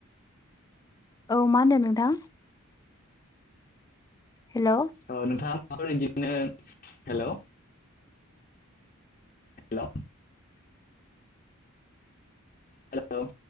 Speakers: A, on the left; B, on the left.
A: औ मा होन्दों नोंथां? हेल'
B: औ नोंथाङा माबाफोर बिदिनो हेलौ हेलौ हेलौ